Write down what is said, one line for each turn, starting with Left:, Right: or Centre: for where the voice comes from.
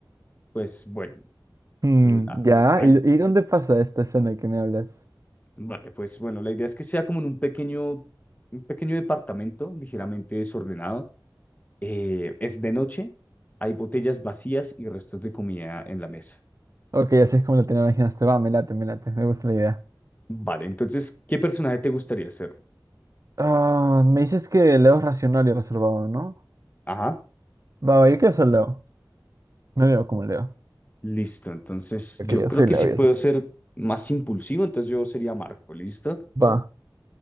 Left: pues bueno,
Right: Mm,
Left: la-
Right: ya,
Left: hay-
Right: ¿Y, y dónde pasa esta escena que me hablas?
Left: vale, pues bueno, la idea es que sea como en un pequeño, un pequeño departamento ligeramente desordenado Eh, es de noche, hay botellas vacías y restos de comida en la mesa.
Right: Ok, así es como lo tenía imaginaste. Va, me late, me late, me gusta la idea.
Left: Vale, entonces, ¿qué personaje te gustaría ser?
Right: Ah, me dices que Leo es racional y reservado, ¿no?
Left: Ajá,
Right: Va, va, yo quiero ser Leo. Me veo como Leo.
Left: listo. Entonces,
Right: Ok,
Left: yo
Right: yo
Left: creo
Right: soy
Left: que
Right: Leo,
Left: sí
Right: y
Left: puedo
Right: eso.
Left: ser más impulsivo, entonces yo sería Marco, ¿listo?
Right: Va.